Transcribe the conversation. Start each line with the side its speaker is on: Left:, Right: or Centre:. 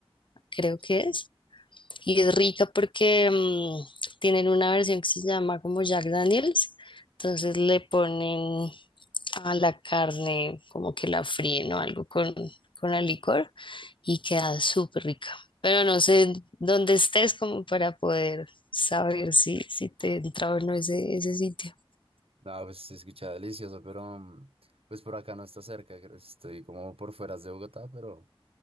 Left: creo
Right: Sí.
Left: que es, y es rica porque mm, tienen una versión que se llama como Jack Daniels, entonces le ponen a la carne, como que la fríen o algo con, con el licor y queda súper rica. Pero no sé dónde estés como para poder saber si, si te entra o no ese, ese sitio.
Right: No, pues se escucha delicioso, pero mm, pues por acá no está cerca, creo que estoy como por fuera de Bogotá, pero